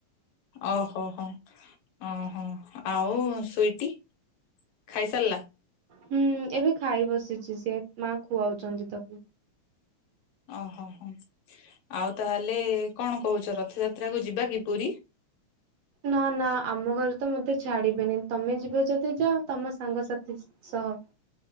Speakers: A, on the left; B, on the right.
A: ଓହୋ ହୋ ହଁ ହଁ। ଆଉ ସୁଇଟି ଖାଇ ସାରିଲା।
B: ହୁଁ ଏବେ ଖାଇ ବସିଛି ସିଏ ମା ଖୁଆଉଛନ୍ତି ତାକୁ।
A: ଓହୋ ହୋ ଆଉ ତାହେଲେ କଣ କହୁଛ ରଥଯାତ୍ରା କୁ ଯିବା କି? ପୁରୀ?
B: ନା ନା ଆମ ଘରେ ତ ମତେ ଛାଡିବେନି ତମେ ଯିବ ଯଦି ଜା ତମ ସାଙ୍ଗସାଥି ସହ।